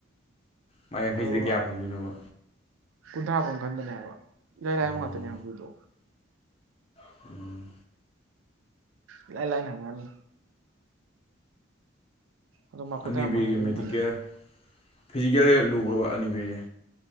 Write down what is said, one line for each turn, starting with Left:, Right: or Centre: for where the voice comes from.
Left: ꯄꯥ ꯌꯥꯡꯈꯩꯁꯤꯗꯤ
Right: ꯑꯗꯨꯒ
Left: ꯀꯌꯥ ꯐꯪꯗꯣꯏꯅꯣꯕ꯫
Right: ꯀꯨꯟꯊ꯭ꯔꯥ ꯐꯥꯎ ꯈꯟꯕꯅꯦ ꯍꯥꯏꯕ ꯏꯔꯥꯏ ꯂꯥꯏꯕ
Left: ꯎꯝ
Right: ꯉꯥꯛꯇꯅꯦ ꯍꯪꯗꯨꯣꯏꯗꯣ꯫
Left: <unintelligible>
Right: ꯏꯂꯥꯏ ꯂꯥꯏꯅ ꯍꯪꯉꯅꯤ꯫ ꯑꯗꯣ ꯃꯥꯛ ꯀꯨꯟꯊ꯭ꯔꯥ
Left: ꯑꯅꯤꯕꯤꯔꯒꯤ
Right: ꯐꯪꯉꯗꯤ ꯑꯗꯨꯝ
Left: ꯃꯦꯗꯤꯀꯦꯜ
Right: ꯈꯜꯂꯦ
Left: ꯐꯤꯖꯤꯀꯦꯜꯗꯒ ꯂꯨꯕꯔꯕꯥ ꯑꯅꯤꯕꯤꯔꯁꯦ